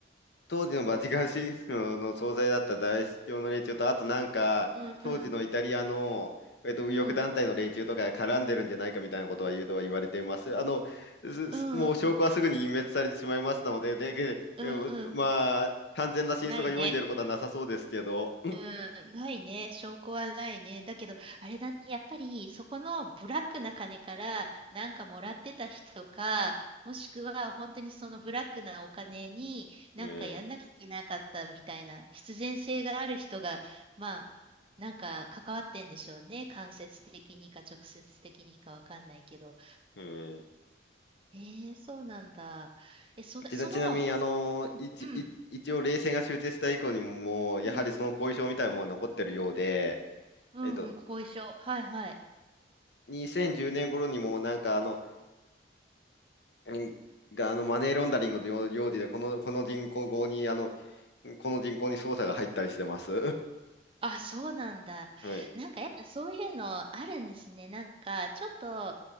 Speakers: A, on the left; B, on the right.
A: 当時のバチカン市場の総裁だった大司教の連中と、あとなんか、
B: うんうん。
A: 当時のイタリアの、えっと、右翼団体の連中とかが絡んでるんじゃないかみたいなことは言うとは言われています。
B: うん。
A: あの、すすもう証拠はすぐに隠滅されてしまいますので、
B: うんうん。
A: で、でえまあ、
B: うんうん。
A: 完全な真相が世に出ることはなさそうですけど。
B: ないね。うん、ないね。証拠はないね。だけど、
A: うん
B: あれだね。やっぱり、そこのブラックな金から、なんかもらってた人か、もしくは、本当にそのブラックなお金に、なんかやんなきゃいけなかったみたいな、
A: ええ
B: 必然性がある人が、まあ、なんか関わってんでしょうね。間接的にか、直接的にかわかんないけど。
A: うん
B: えー、そうなんだ。え、それ、
A: ちな、
B: その、
A: ちなみに、あの、
B: うん、
A: 一、
B: うん、
A: 一一応、冷戦が終結した以降にも、もうやはりその後遺症みたいなものは残ってるようで、
B: うん、うん、
A: えっと、
B: うん、後遺症。はい、はい。
A: 2010年頃にも、なんか、あの、うんが、あの、マネーロンダリングの用用事で、この、この人口に、あの、この人口に捜査が入ったりしてます。
B: あ、そうなんだ。
A: <laughs> はい。
B: なんかやっぱそういうのあるんですね。なんかちょっと、